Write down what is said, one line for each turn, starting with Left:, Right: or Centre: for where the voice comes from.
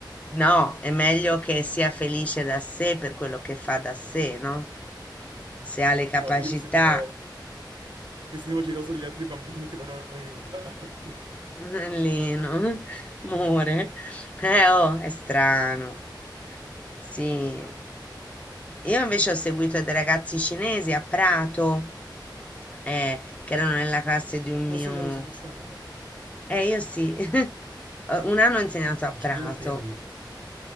Left: no, è meglio che sia felice da sé per quello che fa da sé, no? Se ha le capacità,
Right: No, io mi sentivo... Mi sentivo geloso degli altri bambini che venivano aiutati.
Left: Lino, <laughs> amore, eh, oh, è strano. Sì, io invece ho seguito dei ragazzi cinesi a Prato, eh, che erano nella classe di un mio...
Right: Ah, sì, è vero, sei toscana. tu.
Left: Eh, io sì, <laughs> Eh, un anno ho insegnato a
Right: Ma
Left: Prato,
Right: cinese è pieno di...